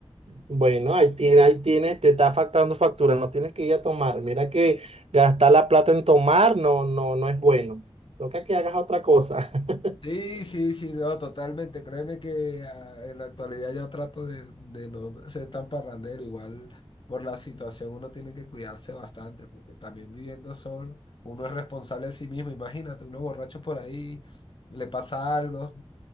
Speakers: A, on the right; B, on the left.
A: Bueno, ahí tiene, ahí tiene, te está faltando factura, no tienes que ir a tomar. Mira que gastar la plata en tomar no, no, no es bueno. Toca que hagas otra cosa. <laughs>
B: Sí, sí, sí, no, totalmente. Créeme que ah, en la actualidad ya trato de, de no ser tan parrandero. Igual por la situación uno tiene que cuidarse bastante, porque también viviendo solo, uno es responsable de sí mismo. Imagínate, uno borracho por ahí, le pasa algo,